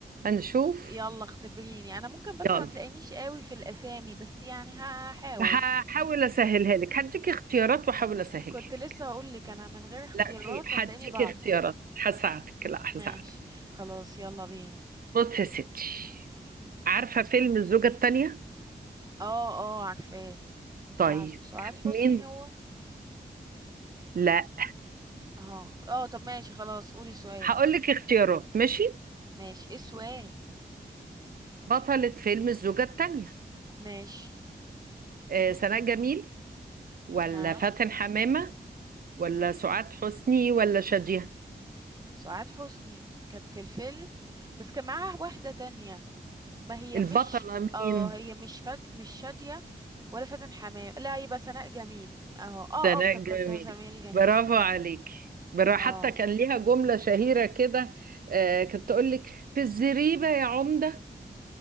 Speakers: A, on the right; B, on the right.
A: هنشوف
B: يلا اختبريني انا ممكن بس
A: يلا
B: ما تلاقينيش قوي في الاسامي بس يعني هحاول
A: هحاول اسهلها لك هديك اختيارات واحاول اسهلها
B: كنت
A: لك
B: لسه هقول لك انا من غير اختيارات
A: لا في
B: هتلاقيني
A: هديكي
B: بعطل
A: اختيارات هساعدك لا هساعدك
B: ماشي خلاص يلا بينا
A: بص يا ستي عارفه فيلم الزوجه الثانيه
B: اه اه عارفاه
A: طيب
B: بتاع سعاد
A: كانت
B: حسني
A: مين
B: هو
A: لا
B: اه اه طب ماشي خلاص قولي سؤالك
A: هقول لك اختيارات ماشي
B: ماشي ايه السؤال
A: بطلة فيلم الزوجة التانية
B: ماشي
A: آه، سناء جميل ولا
B: ها
A: فاتن حمامة ولا سعاد حسني ولا شادية
B: سعاد حسني كانت في الفيلم بس كان معاها واحدة تانية ما هي
A: البطلة
B: مش
A: مين
B: اه هي مش فد... مش شادية ولا فاتن حمام لا يبقى سناء جميل اه اه
A: سناء
B: اه افتكرتها
A: جميل
B: سمير جميل
A: برافو
B: اه
A: عليك برا
B: اه
A: حتى كان ليها جملة شهيرة كده آه، كانت تقول لك في الزريبة يا عمدة